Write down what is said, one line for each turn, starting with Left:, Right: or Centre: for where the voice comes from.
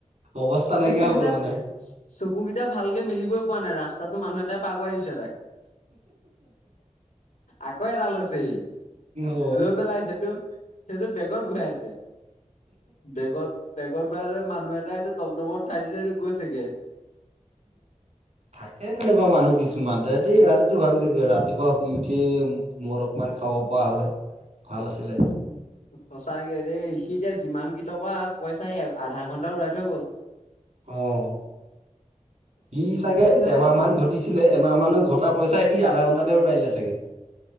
Right: অৱস্থা নাইকিয়া
Left: চকু
Right: হৈ
Left: কেইটা,
Right: গ'ল মানে
Left: চকুকেইটা ভালকে মেলিবই পৰা নাই ৰাস্তাটো মানুহ এটাই পাৰকৰাই দিছে তাইক। আকৌ এটা লৈছেহি
Right: অ
Left: লৈ পেলাই সেইটো। সিহতে বেগত বহাই আছে বেগত। বেগত ভঢ়াই লৈ মানুহ এটাই টমটমত উঠাই দিছেটো গৈছেগে।
Right: থাকে তেনেকুৱা মানুহ কিছুমান ততেই ৰাতিটো ভাবি থাকে ৰাতিপুৱা শুই উঠিয়ে। মদ অকমান খাব পৰা হ'লে ভাল আছিলে।
Left: সঁচাকে দেই সি এতিয়া যিমান কিটকা পইচা আধা ঘণ্টা উৰাই থৈ গ'ল,
Right: অহ ই চাগে
Left: সি যদি
Right: এমাহ মান ঘট ঘটিছিলে এমাহ মানুহ ঘটা পইচা সি আধা ঘণ্টাতে উৰাই দিলে চাগে।